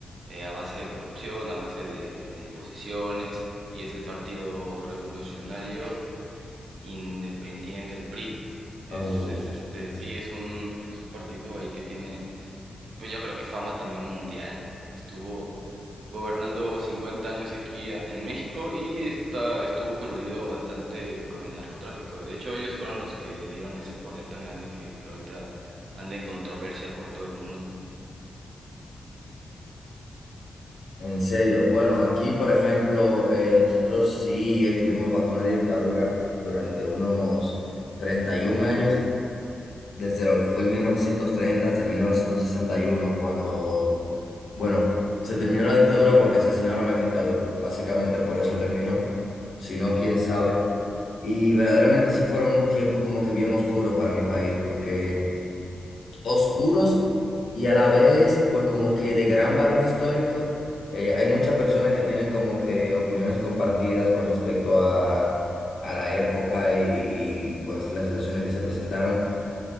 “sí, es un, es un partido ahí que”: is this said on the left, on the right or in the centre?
Right